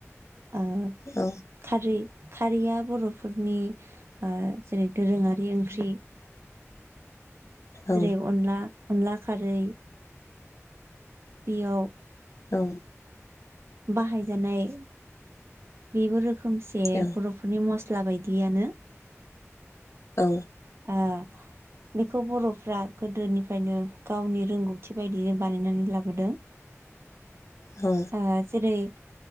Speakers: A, on the right; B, on the left.
A: ओ
B: औ।
A: खारै खारैया बर'फोरनि ओ जेरै दोरोङारि ओंख्रि।
B: औ
A: जेरै अनला अनला खारै। बेयाव
B: औ।
A: बाहायजानाय बेबो रोखोमसे
B: औ
A: बर'फोरनि मस्ला बायदियानो।
B: औ।
A: ओ बेखौ बर'फ्रा गोदोनिफ्रायनो गावनि रोंगौथि बायदियै बानायनानै लाबोदों।
B: औ।
A: ओ जेरै